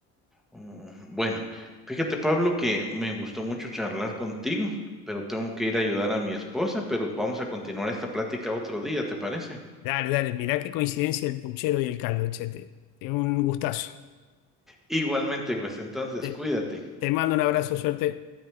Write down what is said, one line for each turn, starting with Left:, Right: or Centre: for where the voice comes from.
Centre: Mm, bueno, fíjate, Pablo, que me gustó mucho charlar contigo, pero tengo que ir a ayudar a mi esposa, pero vamos a continuar esta plática otro día, ¿te parece?
Left: Dale, dale, mirá qué coincidencia el puchero y el caldo, chete. Es un gustazo.
Centre: Igualmente, pues entonces
Left: Te,
Centre: cuídate.
Left: te mando un abrazo, suerte.